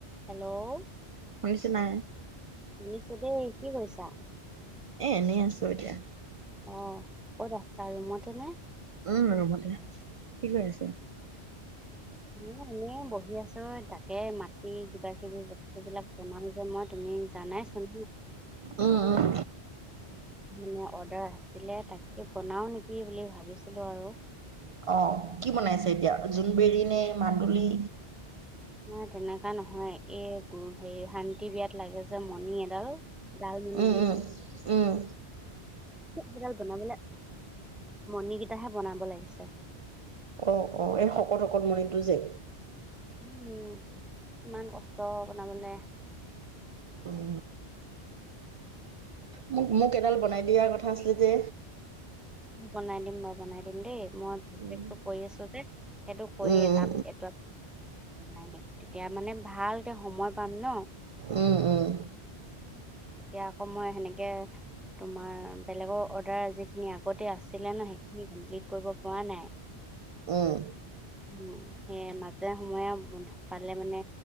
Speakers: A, in the centre; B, on the right.
A: Hello
B: শুনিছে নাই?
A: শুনিছো দেই কি কৈছা?
B: এ এনেই আছো এতিয়া।
A: অ ক'ত আছা ৰুমতেনে?
B: উম ৰুমতে। কি কৰি আছে?
A: মই এনে বহি আছো তাকে মাটি কিবা কিবি বস্তু বিলাক বনাও যে মই। উম জানাইছ ন।
B: উম উম।
A: ম অৰ্ডাৰ আছিলে তাকে বনাও নেকি বুলি ভাবিছিলো আৰু।
B: অ কি বনাইছে এতিয়া জোনবেৰি নে মাদুলি?
A: নাই তেনেকুৱা নহয় এই হে শান্তি বিয়াত লাগে যে মণি এডাল জাল মনি
B: উম
A: বুলি
B: উম
A: কয়।
B: উম
A: আজিকাল বনাবলৈ মণিকেইটাহে বনাব লাগিছে।
B: অ অ এই শকত শকত মণটো যে।
A: উম ইমান কষ্ট বনাবলে।
B: উম মোক মোক এডাল বনাই দিয়া কথা আছিলে যে।
A: বনাই দিম মই বনাই দিম দেই মই প্ৰতেকটো
B: উম
A: কৰি আছো যে সেইটো কৰি
B: উম
A: এটা এইটো <inaudible> বাই দিম তেতিয়া মানে ভালক সময় পাম ন।
B: উম উম
A: এতিয়া আকৌ মই সেনেকে তোমাৰ বেলেগৰ অৰ্ডাৰ যিখিনি আগতে আছিলে ন সেইখিনি কমপ্লিট কৰিব পৰা নাই।
B: উম।
A: উম সেয়ে মাজে সময়েন্ পালে মানে।